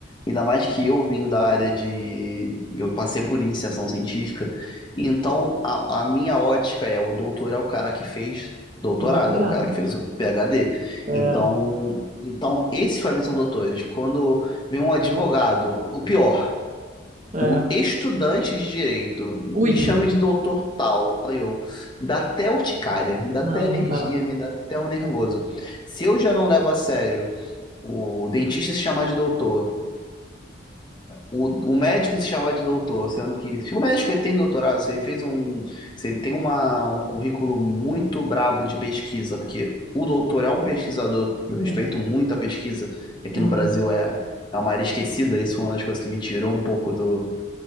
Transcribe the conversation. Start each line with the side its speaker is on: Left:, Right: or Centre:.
Left: Ainda mais que eu vim da área de. Eu passei por iniciação científica. Então, a, a minha ótica é: o doutor é o cara que fez doutorado,
Right: doutorado.
Left: é o cara que fez o PhD.
Right: É,
Left: Então, então esses para mim são doutores. Quando vem um advogado, o pior
Right: é.
Left: O estudante de direito
Right: Ui,
Left: me chama de doutor tal. Aí eu, me dá até urticária, me dá
Right: não,
Left: até alergia,
Right: não dá.
Left: me dá até um nervoso. Se eu já não levo a sério o dentista se chamar de doutor, o, o médico se chamar de doutor, sendo que se o médico ele tem doutorado, se ele fez um, se ele tem uma, um currículo muito brabo de pesquisa, porque o doutor é um pesquisador, eu respeito
Right: É.
Left: muito a pesquisa, que aqui
Right: Uhum.
Left: no Brasil é, é uma área esquecida, isso foi uma das coisas que me tirou um pouco do